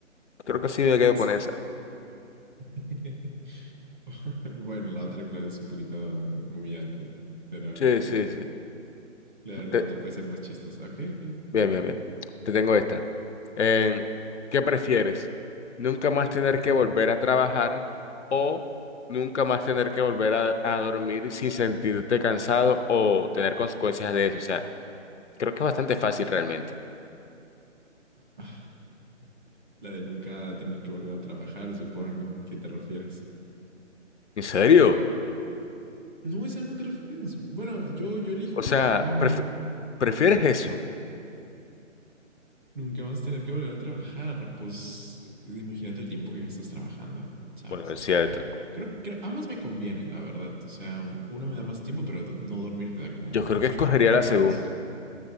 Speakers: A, on the left (about 65°); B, on the right (about 40°).
A: creo que sí me quedo
B: O
A: con
B: sea,
A: esa.
B: <laughs> bueno, la otra, claro, es un poquito humillante, ¿no? Pero
A: Sí, sí, sí.
B: la, la
A: Te-
B: otra puede ser más chistosa. Ok, ok.
A: bien, bien, bien. Te tengo esta. En- ¿qué prefieres? ¿Nunca más tener que volver a trabajar o nunca más tener que volver a, a dormir sin sentirte cansado o tener consecuencias de eso? O sea, creo que es bastante fácil realmente.
B: Ah. La de nunca tener que volver a trabajar, supongo. ¿Qué te refieres?
A: ¿En serio?
B: No, esa no te refieres. Bueno, yo, yo elijo
A: O sea,
B: oh,
A: pref- ¿prefieres eso?
B: nunca más tener que volver a trabajar. Pues imagínate el tiempo que gastas trabajando, ¿sabes?
A: Bueno, es cierto.
B: Creo que ambas me convienen, la verdad. O sea, uno me da más tiempo, pero do- no dormir te da como
A: Yo creo
B: ocho
A: que escogería
B: horas
A: la
B: más.
A: segunda.